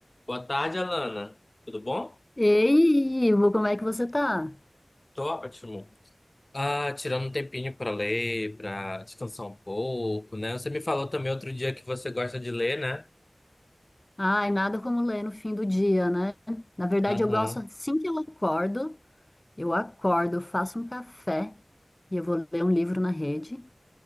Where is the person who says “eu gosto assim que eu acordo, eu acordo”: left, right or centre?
Left